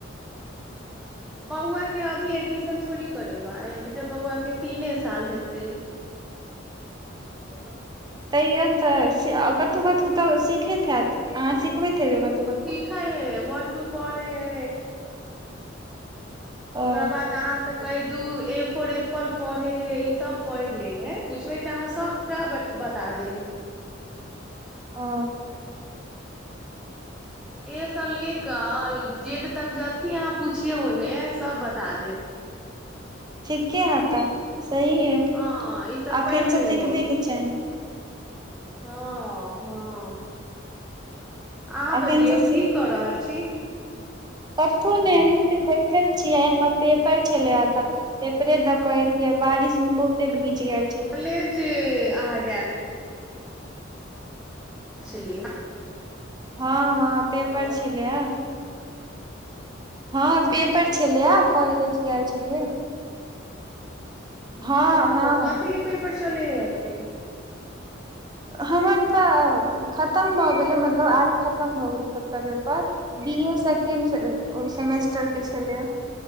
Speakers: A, in the centre; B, on the right.
A: बौआ के अभी एडमिशन थोड़ी करेबै अभी तऽ बौआ के तीने साल हेतै। ओ
B: तैयौ तऽ कतहु कतहु तऽ सिखैत हत, अहाँ सिखबैत हेबै कतहु कतहु।
A: लिखऽ ह, वन टू पढ़ै ह,
B: ओ
A: ओकरा बाद अहाँ। तऽ कै, दू ए, फोर एप्पल पढ़े ह, ई सब पढ़ि ले ह। पूछबै तऽ अहाँ सबटा बता। बता दे है
B: ह
A: एस ले कऽ जेड तक जथ, अहाँ पूछियौ, ओहिमे सबटा बता। त देत
B: ठीके ह तऽ सही ह,
A: हँ ई सब
B: अखन
A: पढ़ि ले
B: से सिखबे
A: हे
B: के चाही।
A: हँ हँ अहाँ
B: अखन
A: बजियौ
B: से
A: की क रहल छी।
B: कखू ने बैठल छिय एमे पेपर चलिया त एपरे तऽ कहलिये बारिश में बहुते भीज गेल छै।
A: के जे अहाँ गेल छलीऐ
B: हँ हँ पेपर
A: हेलो
B: छलै आ हँ पेपर छलैए कॉलेज गेल छलियै। हँ
A: ओ
B: हँ
A: कथे पेपर चल हइ अखिर
B: हमर तऽ खतम भऽ गेलै मतलब आइ खतम भऽ गेलै सभटा paper B A second semester के छलै।